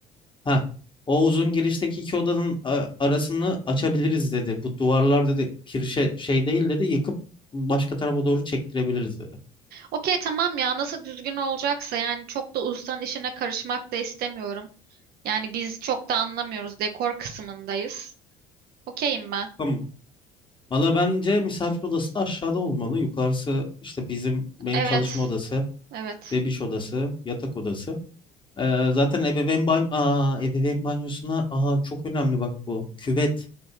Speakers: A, on the left (about 25°); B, on the right (about 55°).
A: Ha, o uzun girişteki iki odanın a- arasını açabiliriz dedi. Bu duvarlar dedi kirişe şey değil dedi. Yıkıp başka tarafa doğru çektirebiliriz dedi.
B: Okey tamam ya nasıl düzgün olacaksa yani çok da ustanın işine karışmak da istemiyorum. Yani biz çok da anlamıyoruz dekor kısmındayız. Okeyim ben.
A: Tamam. Valla bence misafir odası da aşağıda olmalı. Yukarısı işte bizim benim
B: Evet,
A: çalışma odası,
B: evet.
A: bebiş odası, yatak odası. Ee, zaten ebeveyn banyo aa, ebeveyn banyosuna aa, çok önemli bak bu. Küvet.